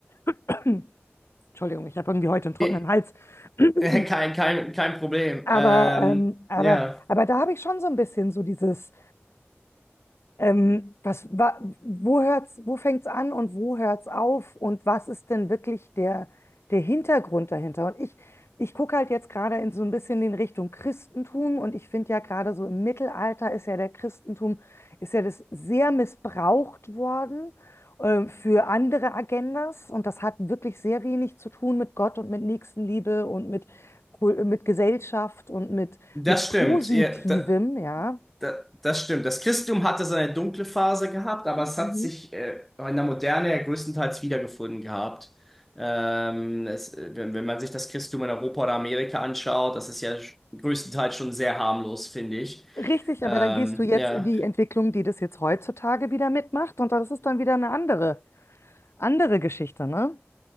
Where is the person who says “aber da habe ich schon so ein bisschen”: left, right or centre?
Left